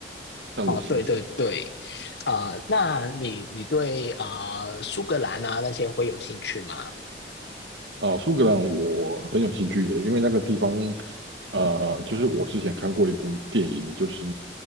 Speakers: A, on the right (about 75°); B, on the left (about 70°).
A: 这样的行程
B: 哦，对对对，啊、那你你对啊、呃苏格兰啊那些会有兴趣吗？
A: 啊。苏格兰我很有兴趣的，因为那个地方，呃，就是我之前看过一部电影，就是